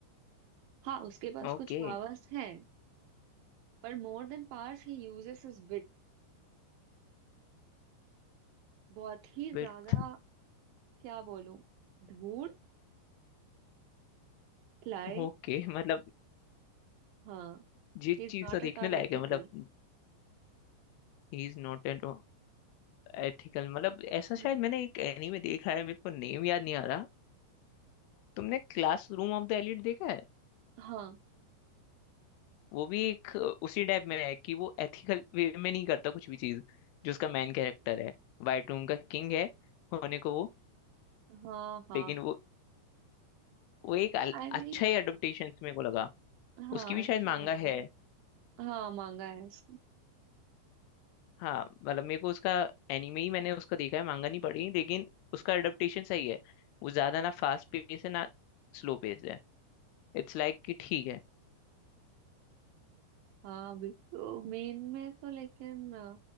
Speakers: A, on the right; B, on the left.
A: हाँ उसके पास
B: ओके
A: कुछ पावर्स हैं पर मोर देन पावर्स ही यूजेस हिज विट बहुत ही
B: बिल्कुल
A: ज्यादा क्या बोलूं धूल लाए
B: ओके मतलब
A: हाँ
B: ये
A: he is
B: चीज
A: not
B: तो देखने
A: at all
B: लायक
A: ethical
B: है मतलब He is not at ethical मतलब ऐसा शायद
A: मतलब
B: मैंने एक एनीमे देखा है मेरे को नेम याद नहीं आ रहा तुमने क्लासरूम ऑफ द एलिट देखा है
A: हाँ
B: वो भी एक अ, उसी टाइप में है कि वो एथिकल वे में नहीं करता कुछ भी चीज जो उसका मेन कैरेक्टर है वाइट रूम का किंग है होने को वो
A: हाँ हाँ
B: लेकिन वो वो एक अल-
A: आई I मीन
B: अच्छा ही अडोप्टेशन मेरे को लगा
A: mean, हाँ
B: उसकी भी
A: अच्छा
B: शायद मांगा
A: था
B: है
A: हाँ मांगा है उसने
B: हाँ मतलब मेरे को उसका एनिमे ही मैंने उसका देखा है मांगा नहीं पड़ी लेकिन उसका एडेप्टेशन सही है वो ज्यादा ना फास्ट पेस है ना स्लो पेस है इट्स लाइक कि ठीक है
A: हाँ भी तो मेन में तो लेकिन अ,